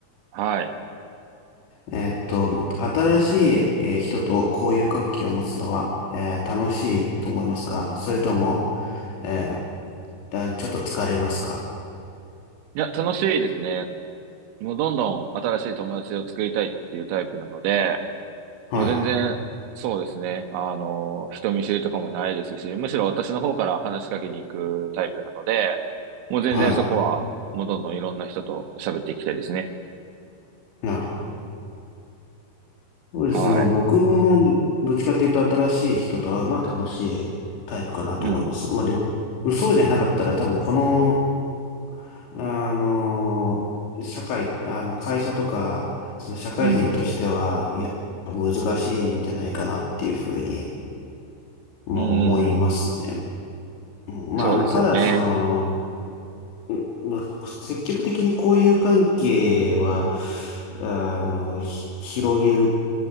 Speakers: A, on the right; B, on the left.
A: はい。
B: えーっと、新しい、えー人と交友関係を持つのは、えー楽しいと思いますかそれとも、えーあちょっと疲れますか
A: いや、楽しいですね。もうどんどん新しい友達を作りたいっていうタイプなので、
B: はい。
A: もう全然、そうですね。あの、人見知りとかもないですし、むしろ私の方から話しかけに行くタイプなので、もう全然そこは、
B: はい。
A: もうどんどんいろんな人と喋っていきたいですね。
B: なるほど。そうですね。
A: はい。
B: まあ僕も、どっちかっていうと新しい人と会うのは楽しいタイプかなと思います。
A: うん。
B: まあでも、そうじゃなかったら多分この、あの、社会、あの、会社とか、その社会人としては、
A: うん。
B: いや、難しいんじゃないかなっていうふうに、まあ思いますね。
A: うん。うん。
B: うんまあ、
A: そうですよね。
B: ただ、その、うんまあ積極的に交友関係は、あの、ひ広げる